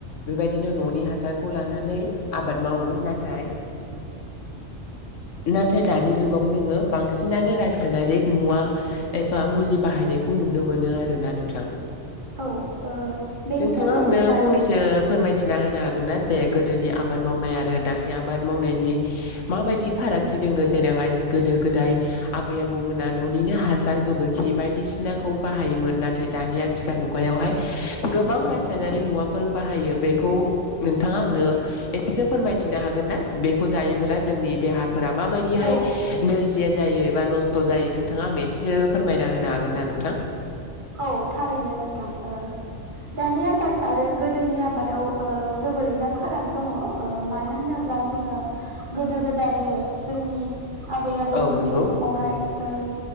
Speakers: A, on the left (about 80°); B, on the right (about 40°).
A: बेबायदिनो न'नि हासारखौ लानानै आबाद मावोमोन नाथाय थाय नाथाय दानि जुग जुगाव जोङो बांसिनानो रासायनारिक मुवा एबा मुलि बाहायनायखौ नुनो मोनो आरोना नोंथां
B: ओ बेनि
A: <inaudible> नोंथाङा
B: थाखायनो
A: आंनो
B: दानि
A: फंनैसो फोरमायथिना होनो हागोन ना जे गोदोनि आबाद मावनाय आरो दानि आबाद मावनायनि माबायदि फारागथि दङो जेनावहाय गोदो गोदाय आबै आबौमोना न'निनो हासार गोबोरखि बायदिसिनाखौ बाहायोमोन नाथाय दानि आथिखाल मुगायावहाय गोबां रासायनारिक मुवाफोर बाहायो बेखौ नोंथाङा आनो एसेसो फोरमायथिनो हागोन ना बेखौ जायोबोला जोंनि देहाफोरा माबायदिहाय
B: औ
A: नोरजिया जायो एबा नस्थ' जायो नोंथाङा आंनो एसेसो फोरमायना होनो हागोन ना नोंथां
B: औ थारैनो नोंथां दानि आबाद आरो गोदोनि आबादाव ओ जोबोरैनो फाराग दङ' ओ मानो होनोब्ला दा जोङो गोदो गोदायो जोंनि आबै आबौमोननि
A: औ नंगौ
B: समावहाय ओ